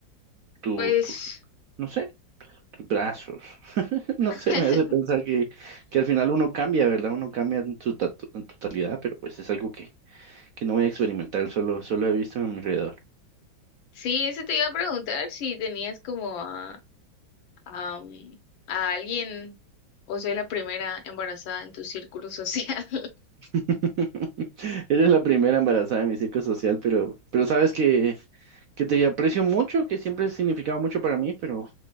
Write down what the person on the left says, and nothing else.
Pues
<laughs>
sí, eso te iba a preguntar si tenías como a, a, mm, a alguien o soy la primera embarazada en tu círculo <laughs> social.